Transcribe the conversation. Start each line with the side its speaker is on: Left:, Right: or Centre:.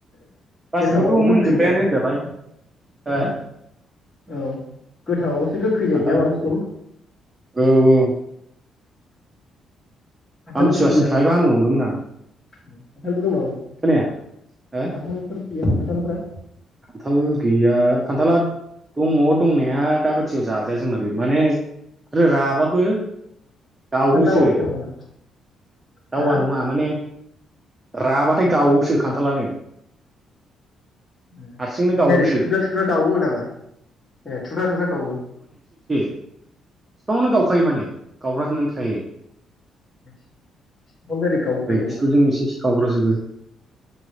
Right: गासिबोथ'
Left: गोथावल'
Right: मोनजोब्बायानो
Left: गोखै जाखायो
Right: होनजाबाय हो
Left: औ औ गोथाङावलसो गोखै
Right: खान्थालथ'
Left: जायोना बांसिन
Right: औ औ
Left: खान्थालफोर
Right: आमथिसुवासिम
Left: गैला
Right: थाहैबा हामगौ नंदोंमोन आं
Left: खान्थालफोर दं नामा
Right: खोनाया हो
Left: खान्थालफोर गैया खान्थालफ्रा
Right: खान्थाल गैया खान्थाला दङ दंनाया दाबादियाव जाजाया जोंना बे माने आरो राबाबो
Left: खान्थाल
Right: जावोसो
Left: दावासो नामा हा
Right: दावा नङा माने राबाथाय गावोसो खान्थालानो
Left: उम ओमफ्राय
Right: हारसिंनो गावोसो
Left: थुुब्रा थुब्रा गावो नामा ए थुबजा थुबजा गावो
Right: बिफांआवनो गावखायो माने गावब्रा जोबनानै थायो
Left: <unintelligible> ओरै गावखायो
Right: खिथुजों एसे एसे गावब्राजोबो